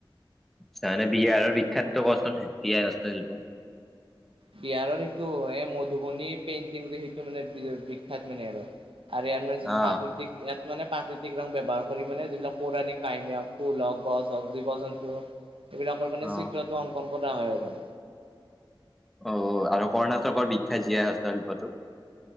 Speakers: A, in the centre; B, on the right (about 80°).
A: তাহলে বিহাৰৰ বিখ্যাতটো কছোন, জি আই হস্ত শিল্প।
B: বিহাৰৰ এইটো এ মধুবনী পেইন্টিং যে সেইটো মানে বিখ্যাত মানে আৰ। আৰু ইয়াৰ মানে যিটো,
A: অ
B: প্ৰাকৃতিক ইয়াত মানে প্ৰাকৃতিক ৰং ব্যৱহাৰ কৰি মানে যিবিলাক পৌৰাণিক কাহিনী হওঁক ফুল হওঁক, গছ হওঁক, জীৱ জন্তু এবিলাকৰ মানে
A: অ
B: চিত্ৰটো অংকন কৰা হয় আৰু।
A: অ'ও আৰু কৰ্ণাটকৰ বিখ্যাত জী আই হস্ত শিল্পটো?